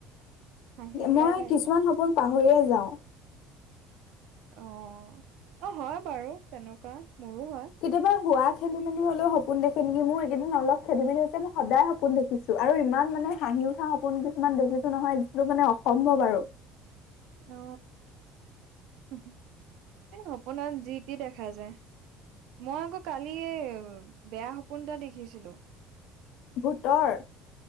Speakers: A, on the right; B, on the left.
A: হাঁহি ওলাই
B: মই
A: থাকে
B: কিছুমান সপোন পাহৰিয়ে আছো যাও
A: অ অ হয় বাৰু তেনেকুৱা মোৰো হয়
B: কেতিয়াবা হোৱা খেলি মেলি হলেও সপোন দেখে নেকি মোৰ এইকেদিন অলপ খেলি মেলি হৈছে মই সদায় সপোন দেখিছো আৰু ইমান মানে হাঁহি উঠা সপোন কিছুমান দেখিছো নহয় যিটো মানে অসম্ভৱ আৰু
A: অ হু হু এই সপোন যি টি দেখা যায়। মই আকৌ কালিয়ে বেয়া সপো- পোনতা দেখিছিলোঁ
B: ভোতৰ